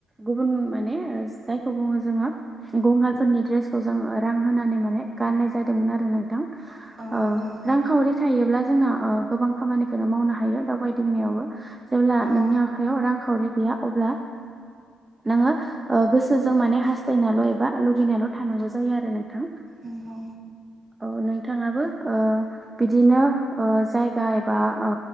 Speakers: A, on the right (about 20°); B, on the right (about 40°).
A: गुबुन माने जायखौ बुङो जोङो गंगारफोरनि दड्रेसखौ जोङो रां होनानै माने गाननाय जादोंमोन आरो नोंथां ओ
B: औ औ नंगौ
A: रांखावरि थायोब्ला जोंना ओ गोबां खामानिखौनो मावनो हायो दावबायदिंनायावबो जेब्ला नोंनि
B: औ
A: आखायाव रांखावरि गैया अब्ला नोङो ओ गोसोजों माने हासथायनाल' एबा लुगैनायल' थानांगौ जायो आरो नोंथां
B: औ
A: औ नोंथाङाबो ओ बिदिनो ओ जायगा एबा ओ